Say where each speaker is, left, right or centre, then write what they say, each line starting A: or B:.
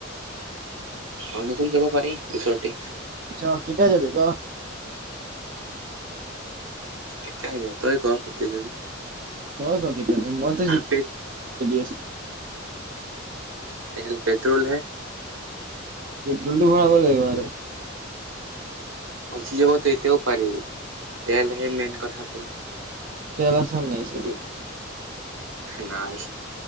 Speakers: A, on the right; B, on the right.
A: অৰুণাচল যাব পাৰি ওচৰতে
B: আ্ছা কেটায়া যাব গ
A: কেতিয়া য তই ক ফয়া যাবি
B: হয় পকি প মইতয়াৰেড
A: পে
B: আছে
A: এ পেট্ৰ'ল হে
B: পেটলটো ভৰাাব লাগিব আৰু
A: গুচি যাবতো এতিয়াও পাৰি তেলহে মেইন কথাটো
B: তেল আ চান নাইছৰিত
A: নাই